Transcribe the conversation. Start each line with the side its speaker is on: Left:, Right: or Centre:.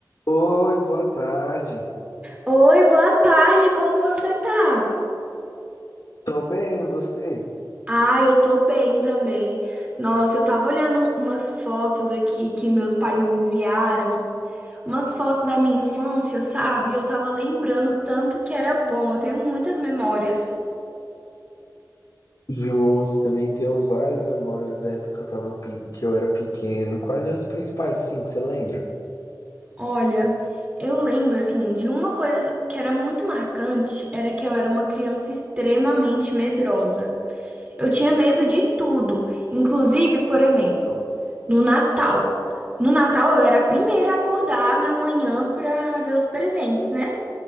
Left: Oi, boa tarde.
Right: Oi, boa tarde, como você tá?
Left: Tô bem, e você?
Right: Ah, eu tô bem também. Nossa, eu tava olhando umas fotos aqui que meus pais me enviaram, umas fotos da minha infância, sabe? Eu tava lembrando tanto que era bom, eu tenho muitas memórias.
Left: Justo, também tenho várias memórias da época que eu tava, pe- que eu era pequeno. Quais as principais, sim, que você lembra?
Right: Olha, eu lembro assim de uma coisa que era muito marcante, era que eu era uma criança extremamente medrosa. Eu tinha medo de tudo. Inclusive, por exemplo, no Natal. No Natal eu era a primeira a acordar na manhã pra ver os presentes, né?